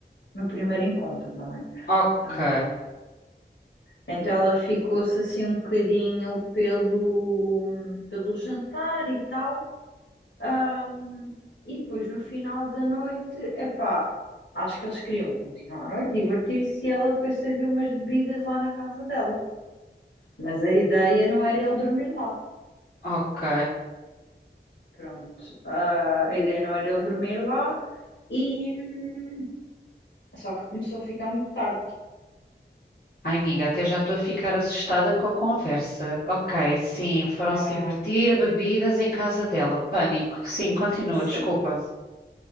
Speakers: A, on the left; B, on the left.
A: no primeiro encontro, não é?
B: ok,
A: Ah, então ela ficou-se assim um bocadinho pelo, pelo jantar e tal, ah, e depois no final da noite, epá, acho que eles queriam continuar a noite, divertir-se, e ela foi servir umas bebidas lá na casa dela. Mas a ideia não era ele dormir lá.
B: ok.
A: Pronto. Ah, a ideia não era ele dormir lá e hum, só que começou a ficar muito tarde. tipo,
B: Ai, amiga, até já estou a ficar assustada com a conversa. Ok, sim, foram-se
A: Ah,
B: divertir, bebidas em casa dela. Pânico. Sim, continua,
A: sim.
B: desculpa.